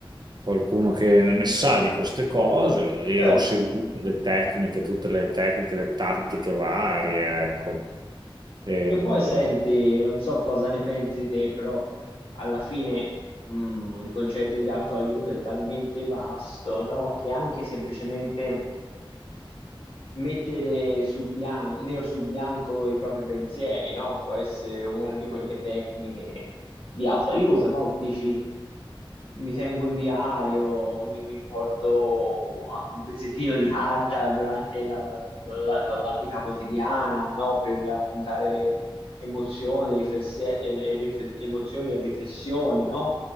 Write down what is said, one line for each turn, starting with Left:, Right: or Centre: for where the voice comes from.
Right: qualcuno che ne sa di queste cose e
Left: certo.
Right: ho seguito le tecniche, tutte le tecniche, le tattiche varie, ecco. Ehm,
Left: Che poi senti, non so cosa ne pensi te, però alla fine mh, il concetto di autoaiuto è talmente vasto, no? Che anche semplicemente mettere su bianco, nero su bianco i propri pensieri, no? Può essere una di quelle tecniche di autoaiuto, no? Dici, mi tengo un diario, mi, mi porto anche un pezzettino di carta durante la, la- la- la- la vita quotidiana, no? Per appuntare emozioni, riflessi- e, e rifle- emozioni e riflessioni, no?